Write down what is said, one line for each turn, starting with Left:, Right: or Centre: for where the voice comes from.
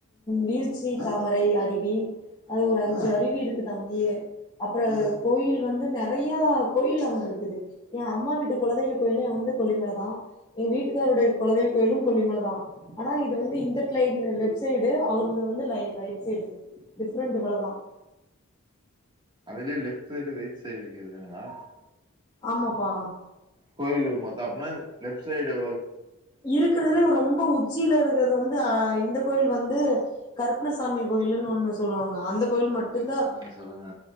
Left: வீழ்ச்சி தாமரை அருவி
Right: ஆ
Left: அது ஒரு அஞ்சு அருவி இருக்குது தங்கியே அப்புற கோயில் வந்து நெறைய கோயில் அங்க இருக்குது என் அம்மா வீட்டு குலதெய்வ கோயிலும் அத கொல்லிமலை தான் எங்க வீட்டுக்காருடைய குலதெய்வ கோயிலும் கொல்லிமலை தான் ஆனா இது வந்து இந்த தை இந்த லெப்ட் சைடு அவரது வந்து ரைட் சைடு டிஃப்ரெண்ட் இவ்வளதான்
Right: அதுலே லெப் சைய்டு ரைட் சைடுக்கு இதுங்களா
Left: ஆமப்பா
Right: கோயிலு மத்த அப்பனா லெப் சைய்டு
Left: இருக்கிறதுலே ரொம்ப உச் உச்சியில இருக்கிறது வந்து இந்த கோயில் வந்து கருப்பணசாமி கோயில்லுனு ஒண்ணு சொல்லுவாங்க அந்த
Right: ஓகே
Left: கோயில் மட்டும்
Right: ஓகே
Left: தான்
Right: சொல்லுங்க சொல்லுங்க